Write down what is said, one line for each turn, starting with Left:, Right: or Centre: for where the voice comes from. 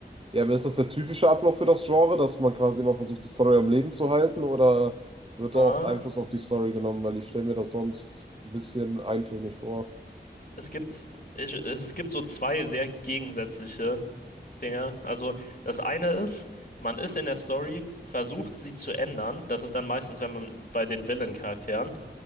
Right: Ja, aber ist das der typische Ablauf für das Genre, dass man quasi immer versucht, die Story am Leben zu halten, oder wird
Left: Ah,
Right: da oft Einfluss auf die Story genommen? Weil ich stelle mir das sonst ein bisschen eintönig vor.
Left: es gibt, ich, es, es gibt so zwei sehr gegensätzliche Dinge. Also das eine ist, man ist in der Story, versucht sie zu ändern. Das ist dann meistens, wenn man bei den Villain-Charakteren